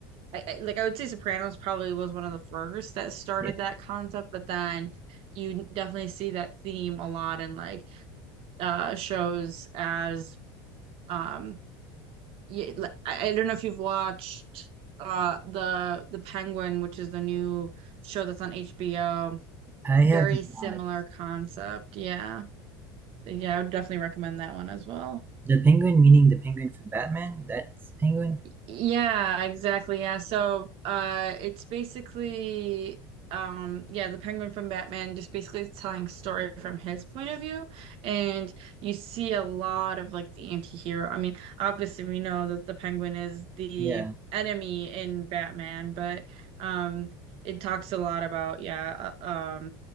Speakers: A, on the right; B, on the right.
A: I, I, like I would say Sopranos probably was one of the first that started
B: Yeah.
A: that concept, but then you definitely see that theme a lot in like uh shows as um yeah, like, I I don't know if you've watched uh the the Penguin, which is the new show that's on HBO.
B: I
A: Very
B: have no
A: similar
B: knowledge.
A: concept. Yeah. Yeah, I would definitely recommend that one as well.
B: The penguin, meaning the penguin from Batman. That's penguin.
A: Yeah, exactly. Yeah. So, uh, it's basically, um, yeah, the Penguin from Batman just basically is telling a story from his point of view, and you see a lot of like the anti-hero. I mean, obviously we know that the Penguin is the
B: Yeah.
A: enemy in Batman, but um, it talks a lot about yeah, uh, um.